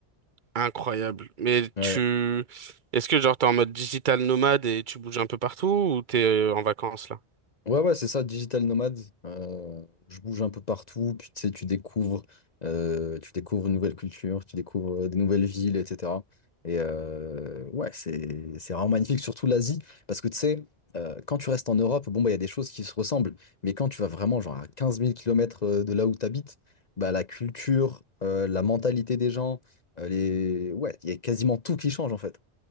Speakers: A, on the right; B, on the left.
A: Incroyable. Mais
B: Ouais.
A: tu, est-ce que genre t'es en mode digital nomade et tu bouges un peu partout ou t'es euh, en vacances là?
B: Ouais, ouais, c'est ça, digital nomade. Euh, je bouge un peu partout, puis tu sais, tu découvres, euh, tu découvres une nouvelle culture, tu découvres euh, des nouvelles villes, etc. Et euh, ouais, c'est c'est vraiment magnifique, surtout l'Asie, parce que tu sais, euh, quand tu restes en Europe, bon, bah, il y a des choses qui se ressemblent, mais quand tu vas vraiment genre à 15 000 km de là où tu habites, bah, la culture, euh, la mentalité des gens, euh, les... ouais, il y a quasiment tout qui change en fait.